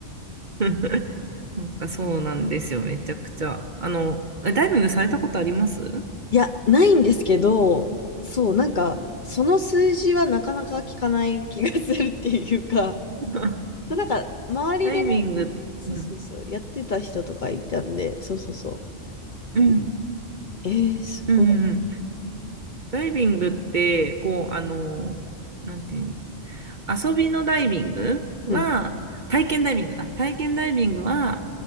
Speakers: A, on the right; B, on the left.
A: <laughs> なんかそうなんですよ、めちゃくちゃ。あの、えダイビングされたことあります
B: いや、ないんですけど、そう、なんか、その数字はなかなか聞かない気がするっていうか、
A: <laughs>
B: そう、なんか、周りで、
A: ダイビング、
B: そうそうそう、
A: うん、
B: やってた人とかいたんで、そうそうそ
A: うん、
B: う。えー、すご
A: うん、うん。ダイビングって、こう、あの、なんていうの遊びのダイビングは、
B: い。うん、
A: 体験ダイビングだ。体験ダイビングは、